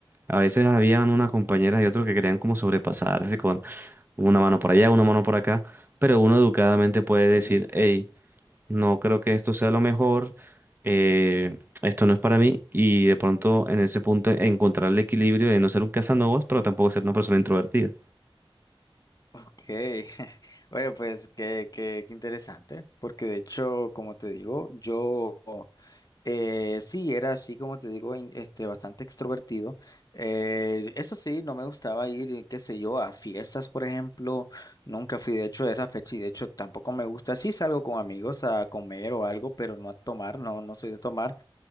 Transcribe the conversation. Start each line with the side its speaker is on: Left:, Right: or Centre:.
Right: a veces habían una compañera y otro que querían como sobrepasarse con una mano por allá, una mano por acá, pero uno educadamente puede decir,
Left: ok.
Right: hey, no creo que esto sea lo mejor, eh, esto no es para mí y de pronto en ese punto encontrar el equilibrio de no ser un cazanovas pero tampoco ser una persona introvertida.
Left: Ok, <laughs> oye, pues qué, qué, qué interesante, porque de hecho, como te digo, yo eh, sí era así, como te digo, in- este, bastante extrovertido. Eh, eso sí, no me gustaba ir, qué sé yo, a fiestas, por ejemplo. Nunca fui, de hecho, a esa fecha y de hecho tampoco me gusta. Sí salgo con amigos a comer o algo, pero no a tomar, no, no soy de tomar.